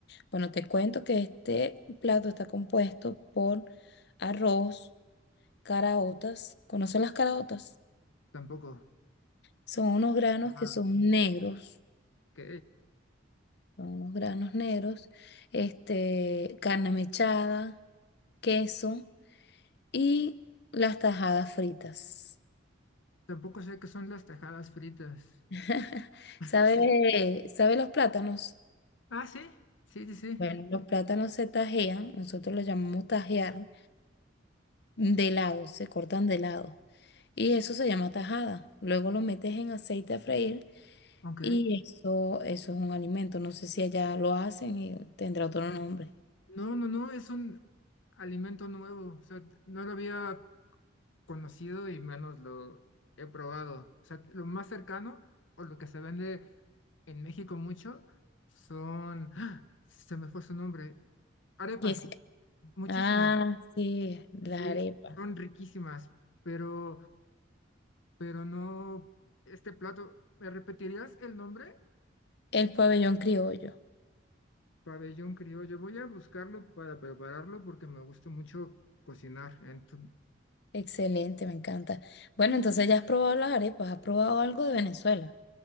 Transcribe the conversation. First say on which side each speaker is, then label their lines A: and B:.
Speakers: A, on the left; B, on the left.
A: Bueno, te cuento que este plato está compuesto por arroz, caraotas. ¿Conoces las caraotas?
B: tampoco.
A: Son unos granos que
B: Ah,
A: son negros.
B: Ok.
A: son unos granos negros, este, carne mechada, queso y las tajadas fritas.
B: Tampoco sé qué son las tajadas fritas.
A: <laughs>
B: <laughs>
A: ¿Sabe,
B: Sí.
A: sabe los plátanos?
B: Ah, sí. Sí, sí, sí.
A: Bueno, los plátanos se tajean, nosotros los llamamos tajear, de lado, se cortan de lado. Y eso se llama tajada. Luego lo metes en aceite a freír
B: Ok.
A: y eso, eso es un alimento. No sé si allá lo hacen y tendrá otro nombre.
B: No, no, no, es un alimento nuevo. O sea, t- no lo había conocido y menos lo he probado. O sea, lo más cercano o lo que se vende en México mucho son, ¡ah! se me fue su nombre, arepas,
A: Jessica.
B: muchísimo.
A: Ah, sí, las
B: Sí,
A: arepas.
B: son riquísimas, pero, pero no, este plato, ¿me repetirías el nombre?
A: El pabellón criollo.
B: Pabellón criollo, voy a buscarlo para prepararlo porque me gusta mucho cocinar. Entonces,
A: Excelente, me encanta. Bueno, entonces ya has probado las arepas, has probado algo de Venezuela.